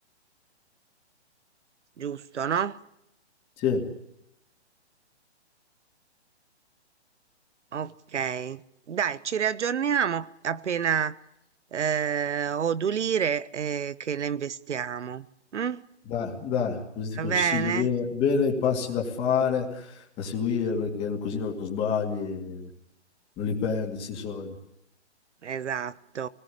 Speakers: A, on the right; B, on the left.
A: Giusto, no?
B: sì.
A: Ok. Dai, ci riaggiorniamo appena eh, ho d'ulire eh, che le investiamo. mm?
B: Dai, dai, così ti
A: Va
B: consiglio
A: bene?
B: bene, bene i passi da fare, da seguire, perché così non sbagli, non li perdi, si soldi.
A: Esatto.